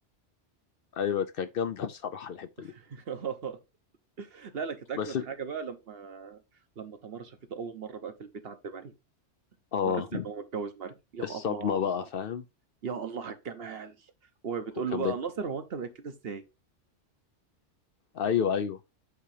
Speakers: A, on the left; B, on the right.
A: ايوه كانت جامدة بصراحة الحتة دي
B: <laughs> لا لا كانت اجمد
A: بس
B: حاجه بقى لما لما تمارا شافته اول مره بقى في البيت عند مريم
A: اه
B: وعرفت ان هو متجوز مريم يا
A: الصدمة
B: الله
A: بقى فاهم
B: يا الله على الجمال وبتقول
A: وكان
B: له بقى
A: بيت
B: ناصر هو انت بقيت كده ازاي؟
A: ايوه ايوه